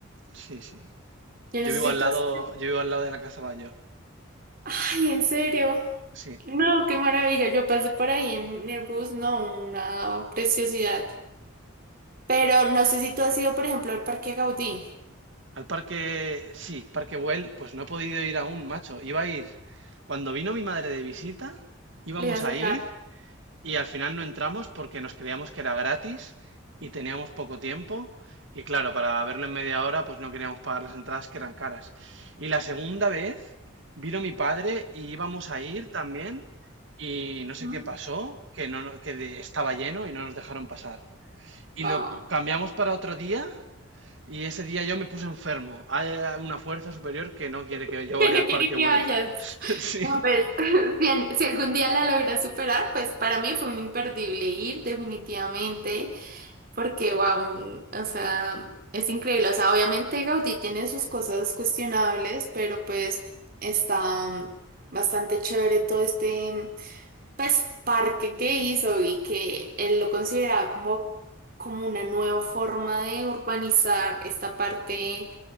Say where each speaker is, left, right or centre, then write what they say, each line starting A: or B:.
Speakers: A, on the right; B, on the right.
A: Sí, sí.
B: Yo
A: Yo
B: necesito...
A: vivo al lado,
B: así.
A: yo vivo al lado de la Casa Bayo.
B: Ay, en serio.
A: Sí.
B: No, qué maravilla. Yo pasé por ahí en el bus, no, una preciosidad. Pero no sé si tú has ido, por ejemplo, al Parque Gaudí.
A: Al parque, sí, Parque Güell, pues no he podido ir aún, macho. Iba a ir. Cuando vino mi madre de visita, íbamos
B: ¿Le vas
A: a
B: a llevar?
A: ir Y al final no entramos porque nos creíamos que era gratis y teníamos poco tiempo. Y claro, para verlo en media hora, pues no queríamos pagar las entradas que eran caras. Y la segunda vez vino mi padre y íbamos a ir también. Y no
B: Ujú.
A: sé qué pasó, que, no, no- que de- estaba lleno y no nos dejaron pasar. Y
B: Ah,
A: lo cambiamos para otro día. Y ese día yo me puse enfermo. Hay eh, una fuerza superior que no quiere que
B: <laughs>
A: yo
B: que
A: vaya
B: no
A: al Parque
B: quiere que
A: Güell.
B: vayas.
A: <laughs> Sí.
B: No, pues, <laughs> bien, si algún día la logras superar, pues para mí fue un imperdible ir, definitivamente, porque, wow, o sea, es increíble. O sea, obviamente Gaudí tiene sus cosas cuestionables, pero pues está mm, bastante chévere todo este. pues, parque que hizo y que él lo consideraba como, como una nueva forma de urbanizar esta parte